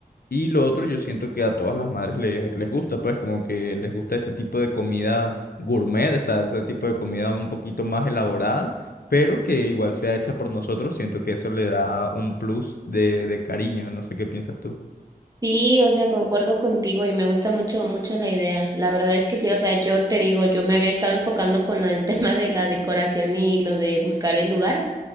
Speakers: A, on the left; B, on the right.
A: Y lo otro, yo siento que a todas las madres les, les gusta, pues como que les gusta ese tipo de comida gourmet, o sea, ese tipo de comida un poquito más elaborada, pero que igual sea hecha por nosotros. Siento que eso le da un plus de, de cariño, no sé qué piensas tú.
B: Sí, o sea, concuerdo contigo y me gusta mucho, mucho la idea. La verdad es que sí, o sea, yo te digo, yo me había estado enfocando con lo del <laughs> tema de la decoración y lo de buscar el lugar